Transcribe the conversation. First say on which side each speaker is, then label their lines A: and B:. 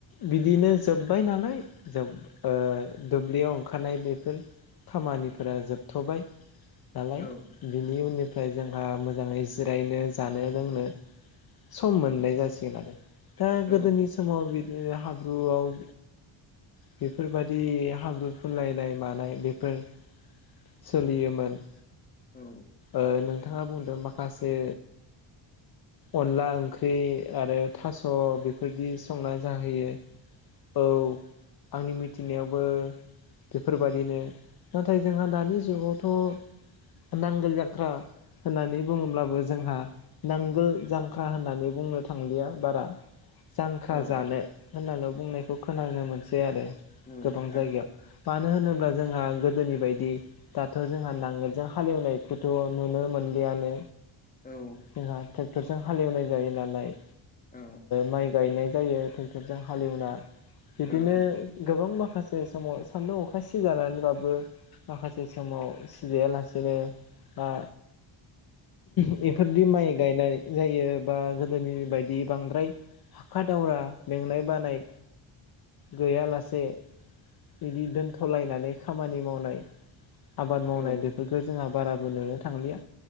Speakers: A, on the left; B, on the left.
A: बिदिनो जोब्बाय नालाय जोब ओ दुब्लियाव ओंखारनाय बेफोर खामानिफोरा जोबथ'बाय दालाय
B: औ
A: बिनि उननिफ्राय जोंहा मोजाङै जिरायनो जानो लोंनो सम मोननाय जासिगोन आरो दा
B: औ
A: गोदोनि समाव बिदि हाब्रुआव बेफोरबादि हाब्रु फुनलायनाय मानाय बेफोर सोलियोमोन
B: औ
A: ओ नोंथाङा बुंदों माखासे अनला ओंख्रि आरो थास' बेफोरदि संना जाहोयो औ आंनि मिथिनायावबो बेफोरबायादिनो नाथाय जोंहा दानि जुगावथ' नांगोल जांख्रा होननानै बुङोब्लाबो जोंहा नांगोल जांख्रा होननानै बुंनो थांलिया बारा जांख्रा
B: औ
A: जानो होनल' बुंनायखौ खोनानो मोनसै आरो
B: औ
A: गोबां जायगायाव
B: आथि
A: मानो होनोब्ला जोंहा गोदोनि बायदि दाथ' जोंहा नांगोर जों हालेवनायखौथ' नुनो मोनलियानो
B: औ औ
A: जोंहा थे क्टरजों हालेवनाय जायो नालाय
B: औ
A: माइ गायनाय जायो ट्रेक्टर जों हालेवना बिदिनो
B: औ
A: गोबां माखासे समाव सान्दुं अखा सिजानानैबाबो माखासे समाव सिजायालासेनो बा बेफोरदि माइ गायनाय जायो बा गोदोनि बायदि बांद्राय हाखा दावरा मेंनाय बानाय गैयालासे बिदि दोनथ'लायनानै खामानि मावनाय आबाद मावनाय
B: औ
A: बेफोरखौ जोंहा बाराबो नुनो थांलिया